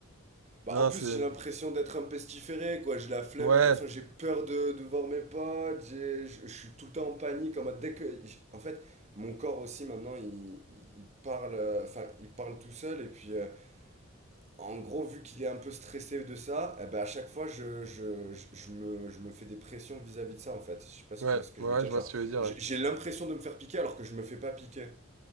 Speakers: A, on the right; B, on the right.
A: Bah,
B: Non,
A: en plus,
B: c'est.
A: j'ai l'impression d'être un pestiféré, quoi. J'ai la flemme,
B: Ouais,
A: de- enfin, j'ai peur de, de voir mes potes, j'ai- je je suis tout le temps en panique, en mode dès que. En fait, mon corps aussi, maintenant, il, il parle, euh, enfin, il parle tout seul, et puis, euh, en gros, vu qu'il est un peu stressé de ça, eh ben, à chaque fois, je, je, je, je me, je me fais des pressions vis-à-vis de ça, en fait. Je sais pas si
B: ouais,
A: tu vois ce que
B: ouais,
A: je veux dire,
B: je vois
A: genre,
B: ce que tu veux dire.
A: j'ai
B: ouais.
A: j'ai l'impression de me faire piquer alors que je me fais pas piquer.